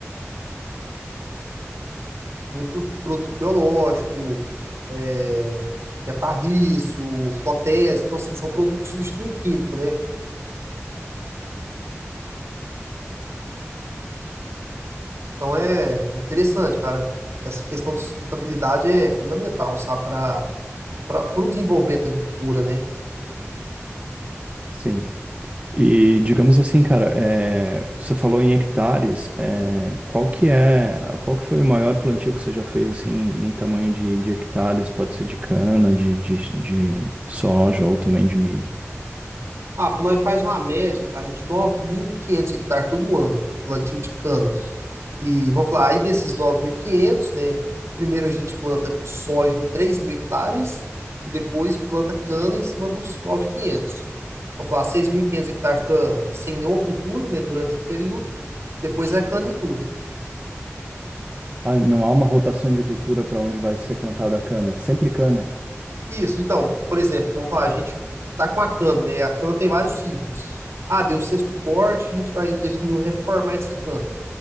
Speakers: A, on the right; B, on the right.
A: muito produto biológico, é, betarrísio, cotese, então assim, são produtos que substituem o químico, né? Então é interessante, cara. Essa questão de sustentabilidade é fundamental, sabe, para para o desenvolvimento da agricultura, né?
B: Sim. E digamos assim, cara, é, você falou em hectares, é, qual que é, qual que foi o maior plantio que você já fez assim em tamanho de, de hectares? Pode ser de cana, de, de, de soja ou também de milho.
A: Ah, nós faz uma média, cara, de 9.500 hectares todo ano, plantio de cana. E vamos falar, aí desses 9.500, né? Primeiro a gente planta soja em 3.000 hectares e depois planta cana em cima dos 9.500. Vamos falar, seis mil e quinhentos hectares fica sem nenhuma cultura, né, durante um período. Depois é cana em tudo.
B: Ah, não há uma rotação de cultura para onde vai ser plantada a cana, é sempre cana.
A: Isso, então, por exemplo, vamos falar, a gente tá com a cana, né? A cana tem vários ciclos. Ah, deu o sexto corte, a gente vai definir o reformar essa cana.